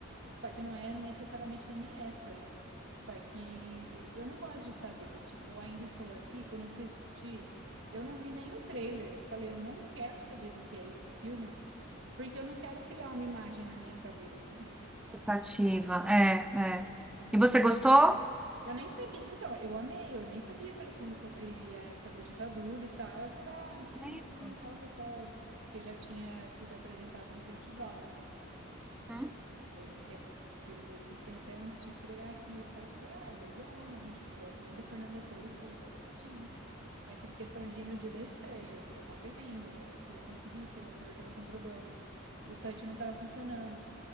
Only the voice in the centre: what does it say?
Expectativa. É, é. E você
gostou?
Mesmo.
Uhum.